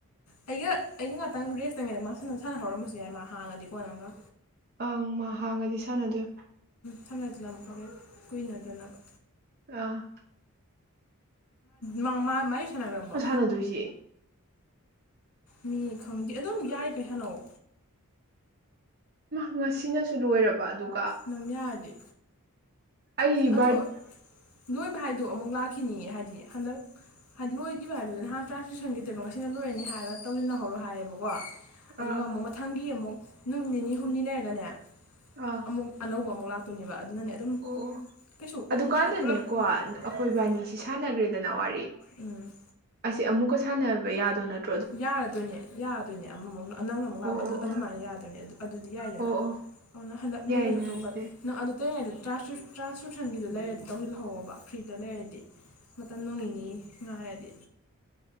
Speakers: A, on the left; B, on the right.
A: ꯑꯩꯒ ꯑꯩꯅ ꯉꯥꯛꯇꯪ ꯔꯦꯁ ꯇꯧꯉꯩꯗ ꯃꯥ ꯁꯥꯟꯅꯍꯧꯔꯝꯃꯁꯨ ꯌꯥꯏ ꯃꯥ ꯍꯥꯡꯉꯗꯤꯀꯣ ꯅꯪꯒ꯫
B: ꯑꯪ ꯃꯥ ꯍꯥꯡꯉꯗꯤ ꯁꯥꯟꯅꯗꯣꯏ
A: ꯊꯝꯅ ꯂꯝ ꯃꯈ ꯐꯦ ꯀꯨꯏꯅꯗꯟꯅꯅꯕ
B: ꯑ
A: ꯃꯥ ꯃꯥꯥꯏ ꯁꯥꯟꯅꯈ꯭ꯔꯕꯣ
B: ꯀꯥꯟꯅꯗꯣꯏꯁꯦ
A: ꯃꯤ ꯈꯪꯗꯦ ꯑꯗꯨꯝ ꯌꯥꯔꯤ ꯀꯩ ꯁꯥꯟꯅꯧ꯫
B: ꯉꯁꯤꯅꯁꯨ ꯂꯣꯏꯔꯕ ꯑꯗꯨꯒ
A: ꯅꯝꯌꯥꯔꯗꯦ
B: ꯑꯩ ꯕꯥꯔꯠ
A: ꯑꯗꯣ ꯂꯣꯏꯕ ꯍꯥꯏꯗꯣ ꯑꯃꯨꯛ ꯂꯥꯛꯈꯤꯅꯤ ꯍꯥꯏꯗꯤ ꯍꯟꯗꯛ ꯍꯥꯏꯗꯤ ꯂꯣꯏꯈꯤꯕ ꯍꯥꯏꯕꯗꯨꯗꯤ ꯅꯍꯥꯟ ꯇ꯭ꯔꯥꯟꯁꯃꯤꯁꯟꯒꯤ ꯉꯁꯤꯅ ꯂꯣꯏꯔꯅꯤ ꯍꯥꯏꯔꯒ ꯇꯧꯁꯤꯟꯅꯍꯧꯂꯣ ꯍꯥꯏꯌꯦꯕꯀꯣ
B: ꯑꯥ
A: ꯑꯗꯨꯒ ꯑꯃꯨꯛ ꯃꯊꯪꯒꯤ ꯑꯃꯨꯛ ꯅꯨꯠ ꯅꯤꯅꯤ ꯍꯨꯝꯅꯤ ꯂꯩꯔꯒꯅꯦ
B: ꯑꯥ
A: ꯑꯃꯨꯛ ꯑꯅꯧꯕ ꯑꯃꯨꯛ ꯂꯥꯛꯄ ꯑꯗꯨꯅꯦꯕ ꯑꯗꯨꯅꯅꯦ ꯑꯗꯨꯝ
B: ꯑꯣ ꯑꯣ
A: ꯀꯩꯁꯨ
B: ꯑꯗꯨꯀꯥꯟꯗꯅꯦꯀꯣ
A: ꯍꯦꯛ ꯄꯨꯂꯞ
B: ꯑꯩꯈꯣꯏ
A: ꯎꯝ
B: ꯏ ꯕꯥꯅꯤꯁꯤ ꯁꯥꯟꯅꯈ꯭ꯔꯦꯗꯅ ꯋꯥꯔꯤ
A: ꯎꯝ
B: ꯑꯁꯤ ꯑꯃꯨꯛꯀ ꯁꯥꯟꯅꯕ ꯌꯥꯗꯣ ꯅꯠꯇ
A: ꯌꯥꯔꯗꯣꯏꯅꯦ ꯌꯥꯗꯣꯏꯅꯦ ꯑꯃꯃꯨꯛ ꯅꯧꯅ ꯑꯃꯨꯛ
B: ꯑꯣ
A: ꯂꯥꯛ
B: ꯑꯣ ꯑꯣ
A: ꯑꯗꯨꯃꯥꯏꯅ ꯌꯥꯗꯣꯏꯅꯦ ꯑꯗꯨ ꯑꯗꯨꯗꯤ ꯌꯥꯏꯗꯅ
B: ꯑꯣ ꯑꯣ
A: ꯑꯗꯨꯅ ꯍꯟꯗꯛ
B: ꯌꯥꯏꯅꯦ
A: ꯂꯣꯏꯔꯁꯨ ꯑꯇꯣꯞꯄ
B: ꯑꯗꯨꯗꯤ
A: ꯅꯪ ꯑꯗꯨ ꯇꯩꯅꯉꯩꯗ ꯇ꯭ꯔꯥꯟꯁꯀ꯭ꯔꯤꯞꯁꯟꯒꯤꯗꯨꯣ ꯂꯩꯔꯗꯤ ꯇꯧꯁꯤꯜꯍꯧꯕ ꯐ꯭ꯔꯤꯗ ꯂꯩꯔꯗꯤ ꯃꯇꯝ ꯅꯣꯡ ꯅꯤꯅꯤ ꯉꯥꯏꯔꯗꯤ